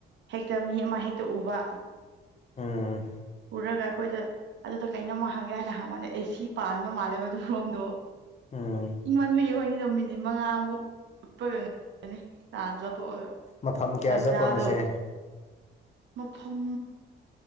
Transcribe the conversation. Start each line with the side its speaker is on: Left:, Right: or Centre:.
Right: ꯍꯦꯛꯇ ꯃꯤ ꯑꯃ ꯍꯦꯛꯇ ꯎꯕ
Left: ꯎꯝ
Right: ꯄꯨꯔꯒ ꯑꯩꯈꯣꯏꯗ ꯑꯗꯨꯗ ꯀꯩꯅꯣꯝꯃ ꯍꯪꯒꯦ ꯍꯥꯏꯅ ꯍꯪꯕꯗ ꯑꯦꯁꯤ ꯄꯥꯟꯕ ꯃꯥꯜꯂꯦꯕ ꯑꯗꯨꯔꯣꯝꯗꯣ
Left: ꯎꯝ
Right: ꯏꯪ ꯃꯟꯕꯒꯤ ꯑꯩꯈꯣꯏꯅꯤꯗꯣ ꯃꯤꯅꯤꯠ ꯃꯉꯥꯃꯨꯛꯄꯒ ꯉꯅꯤ ꯊꯣꯛꯑꯒ
Left: ꯃꯐꯝ ꯀꯌꯥ
Right: ꯇꯟꯖꯥꯗꯣ
Left: ꯆꯠꯄ꯭ꯔꯣ ꯉꯁꯤ
Right: ꯃꯐꯝ